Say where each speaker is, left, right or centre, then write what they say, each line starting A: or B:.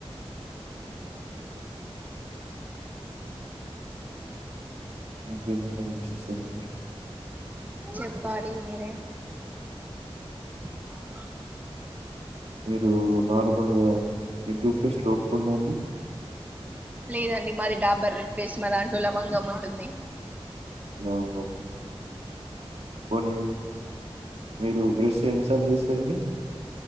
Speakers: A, on the right; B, on the right.
A: ఉమ్ ఆహ్. ఇంకా ఏంటి మరి విశేషాలు.
B: చెప్పాలి మీరే. <inaudible>
A: మీరు నార్మల్గా మీ టూత్పేస్ట్ లో ఉప్పుదండి.
B: లేదండి మాది డాబర్ రెడ్ పేస్ట్ మా దాంట్లో లవంగం ఉంటుంది.
A: ఓహో పోనీ. మీరు బ్రెష్ ఎన్నిసార్లు చేస్తారండి.